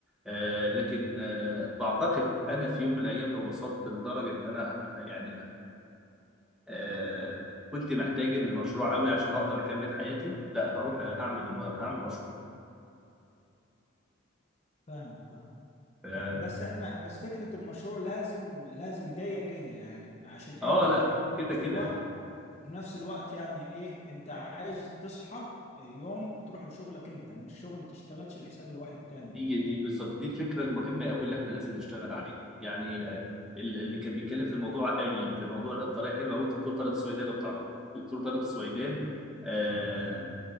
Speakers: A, in the centre; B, on the left.
A: آه، لكن آه، بعتقد انا في يوم من الايام لو وصلت لدرجه ان انا يعني آه، كنت محتاج المشروع قوي عشان اقدر اكمل حياتي لا هروح اعمل الم- هعمل مشروع
B: فاهمك فاهمك
A: اه
B: آه، بس احنا بس فكرة المشروع لازم لازم جاية جاية يعني عشان انت
A: آه، لا
B: في ال-
A: كده
B: نفس
A: كده
B: الوقت في نفس الوقت يعني ايه انت عايز تصحى يوم بتروح لشغلك انت مش شغل تشتغلش لحساب الواحد تاني
A: دي دي بالظبط دي الفكره المهمه قوي اللي احنا لازم نشتغل عليها يعني آه، ال- اللي كان بيتكلم في الموضوع ال- في الموضوع ده بطريقه حلوه قوي الدكتور طارق السويدان لو بتعرفه الدكتور طارق السويدان آه